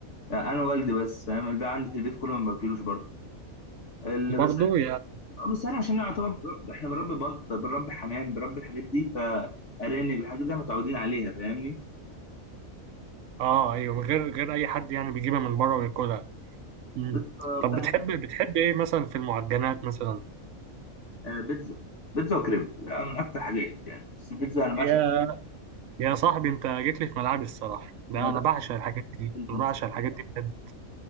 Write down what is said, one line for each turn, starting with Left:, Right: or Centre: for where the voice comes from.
Left: يعني انا والدي بس فاهم الباقي عندي في البيت كله ما باكلوش برضه
Right: برضو يعني
Left: بس احنا عشان نعتبر بنرب- احنا بنربي بط بنربي حمام بنربي الحاجات دي فارانب الحاجات دي احنا متعودين عليها فاهمني
Right: اه ايوه من غير غير اي حد يعني بيجيبها من بره وياكلها مم.
Left: بس آه،
Right: طب
Left: بتاع-
Right: بتحب بتحب ايه مثلا في المعجنات مثلا
Left: آه، بيتزا بيتزا وكريب يعني من اكتر حاجات يعني بس البيتزا انا
Right: يا
Left: بعشق
Right: يا صاحبي انت جيت لي في ملعبي الصراحه ده
Left: انا بعشق
Right: انا بعشق الحاجات دي
Left: البيتزا
Right: انا بعشق الحاجات
Left: آه.
Right: دي بجد